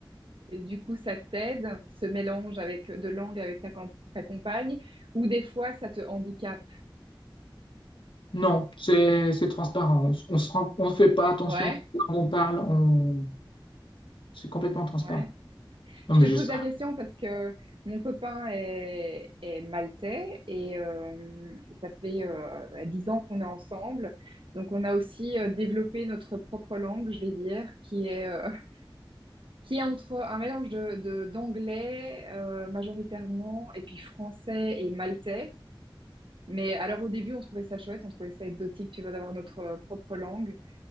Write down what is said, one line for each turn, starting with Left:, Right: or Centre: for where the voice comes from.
Right: du coup ça t'aide, ce mélange avec de langue avec ta, com- ta compagne, ou des fois ça te handicape?
Left: Non, c'est c'est transparent. On, s- se rend- on fait pas attention
Right: Ouais,
Left: quand on parle. On, c'est complètement transparent.
Right: ouais.
Left: Non,
Right: Je
Left: mais
Right: te
Left: juste,
Right: pose la question parce que mon copain est, est maltais et euh, ça fait euh, 10 ans qu'on est ensemble. Donc on a aussi euh, développé notre propre langue, je vais dire, qui est, euh, <laughs> qui est entre un mélange de, de- d'anglais euh, majoritairement et puis français et maltais. Mais alors au début, on trouvait ça chouette, on trouvait ça exotique, tu vois, d'avoir notre propre langue.